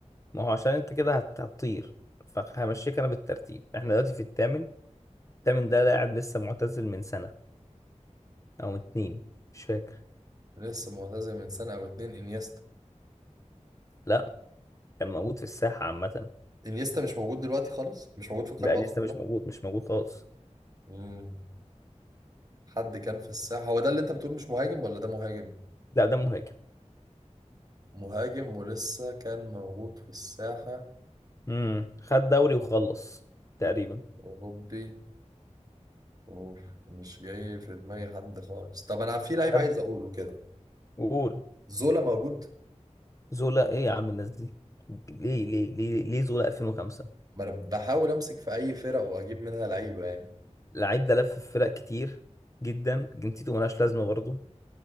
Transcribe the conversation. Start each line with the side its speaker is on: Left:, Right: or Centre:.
Left: ما هو عشان انت كده هت- هتطير فهمشيك انا بالترتيب احنا دلوقتي في الثامن تامن ده لاعب لسه معتزل من سنة أو اتنين مش فاكر
Right: لسه معتزل من سنه او اتنين انيستا
Left: لا كان موجود في الساحة عامة
Right: انيستا مش موجود دلوقتي خالص مش موجود في القائمه
Left: لا لسه
Right: اصلا كلها
Left: مش موجود مش موجود خالص
Right: مم. حد كان في الساحه هو ده اللي انت بتقول مش مهاجم ولا ده مهاجم
Left: لا ده مهاجم
Right: مهاجم ولسه كان موجود في الساحه
Left: امم خد دوري وخلص تقريبا
Right: أوروبي أوف مش جاي في دماغي حد خالص طب أنا في لعيب
Left: خد
Right: عايز أقوله كده
Left: وقول
Right: زولا موجود
Left: زولا ايه يا عم الناس دي ليه ليه ليه ليه زولا 2005
Right: ما أنا بحاول أمسك في أي فرق وأجيب منها لعيبة يعني
Left: اللعيب ده لف في فرق كتير جدا جنسيته ملهاش لازمة برضه